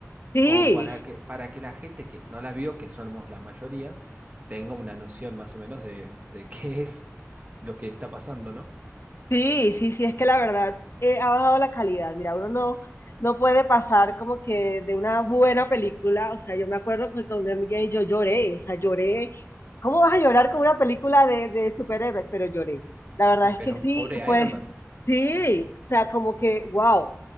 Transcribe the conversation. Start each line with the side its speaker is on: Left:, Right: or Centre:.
Left: sí,
Right: como para que, para que la gente que no las vio, que somos la mayoría, tenga una noción más o menos de, de qué es lo que está pasando, ¿no?
Left: Sí, sí, sí, es que la verdad eh, ha bajado la calidad. Mira, uno no, no puede pasar como que de una buena película, o sea, yo me acuerdo que con Endgame yo lloré, o sea, lloré. ¿Cómo vas a llorar con una película de, de superhéroes? Pero lloré. La verdad
Right: Y
Left: es
Right: pero
Left: que sí,
Right: pobre
Left: pues
Right: Iron Man.
Left: sí, o sea, como que, wow,